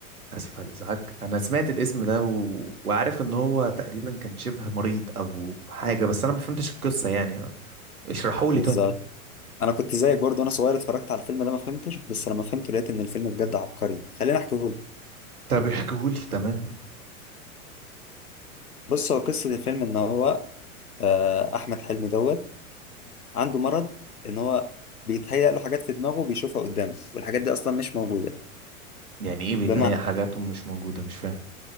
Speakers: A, on the right; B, on the left.
A: اسف على الازعاج انا سمعت الاسم ده و... وعارف ان هو تقريبا كان شبه مريض او حاجة بس انا ما فهمتش القصة يعني اشرحوا لي
B: بالظبط
A: طيب
B: انا كنت زيك برضو وانا صغير اتفرجت على الفيلم ده ما فهمتش بس لما فهمته لقيت ان الفيلم بجد عبقري خليني احكيهولك
A: طب احكيهولي تمام
B: بص هو قصه الفيلم ان هو آه، احمد حلمي دوت عنده مرض ان هو بيتهيأ له حاجات في دماغه وبيشوفها قدامه والحاجات دي اصلا مش موجوده
A: يعني ايه بيتهيأ
B: بمعنى
A: حاجات مش موجودة مش فاهم